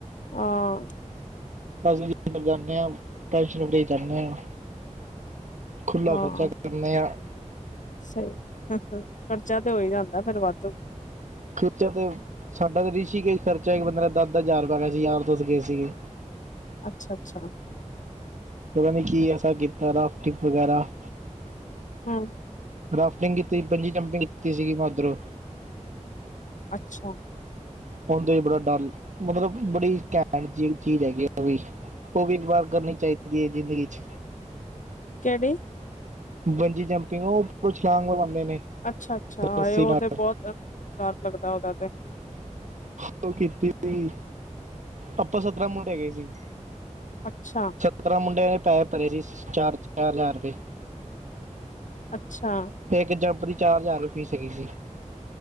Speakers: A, on the left; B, on the right.
A: ਹਾਂ
B: ਅਸੀ ਕਿੱਧਰ ਜਾਦੇ ਹਾਂ, ਟੈਨਸ਼ਨ ਫਰੀ ਜਾਦੇ ਹਾਂ, ਖੁਲਾ
A: ਹਾਂ
B: ਖਰਚਾ- ਕਰਨੇ ਆ।
A: ਸਹੀ, ਹੂੰ ਖਰਚਾ ਤੇ ਹੋ ਜਾਦਾ ਫੇਰ ਵਾਧੂ।
B: ਖਰਚਾ ਤੇ- ਸਾਡਾ ਤਾਂ ਰਿਸੀ ਕੇਸ ਖਰਚਾ ਇੱਕ ਬੰਦੇ ਦਾ ਦਸ -ਦਸ ਹਜਾਰ ਰੁਪਇਆ ਗਿਆ ਸੀ ਯਾਰ ਦੋਸ ਗਏ ਸੀਗੇ।
A: ਅੱਛਾ ਅੱਛਾ।
B: ਪਤਾਨੀ ਕੀ ਐਸਾ ਕੀਤਾ ਰਾਫਟਿੰਗ ਵਗੈਰਾ -
A: ਹੂੰ
B: ਰਾਫਟਿੰਗ ਕੀਤੀ ਪੰਜੀ ਡੰਪਿੰਗ ਕੀਤੀ ਸੀਗੀ ਮੈ ਉਧਰੋ-
A: ਅੱਛਾ-
B: ਆਉਦੇ ਬੜਾ ਡਰ, ਮਤਲਬ ਬੜੀ ਘੈਟ ਦੀ ਚੀਜ ਹੈਗੀ ਆ ਉਹ ਵੀ। ਉਹ ਵੀ ਇਕ ਵਾਰ ਕਰਨੀ ਚਾਹੀਦੀ ਹੈ। ਜਿੰਦਗੀ 'ਚ-
A: ਕਿਹੜੀ?
B: ਵੰਜੀ ਜੰਪਿਗ ਉਹ ਉਪਰੋ ਛਲਾਗ ਲਗਾਦੇ ਨੇ-
A: ਅੱਛਾ- ਅੱਛਾ
B: ਰੱਸੀ
A: ਉਹ
B: ਨਾਲ
A: ਤੇ ਬਹੁਤ ਡਰ ਲੱਗਦਾ ਉਦਾ ਤੇ-
B: <inaudible> ਉਹ ਕੀਤੀ ਸੀ, ਆਪਾ ਸੱਤਰਾਂ ਮੁੰਡੇ ਗੇ ਸੀ।
A: ਅੱਛਾ।
B: ਸੱਤਰਾਂ ਮੁੰਡਿਆਂ ਨੇ ਪੈਸੇ ਭਰੇ ਸੀ ਚਾਰ -ਚਾਰ ਹਜ਼ਾਰ ਰੁਪਏ।
A: ਅੱਛਾ।
B: ਤੇ ਇਕ ਜੰਪ ਦੀ ਚਾਰ ਹਜਾਰ ਫੀਸ ਹੈਗੀ ਸੀ।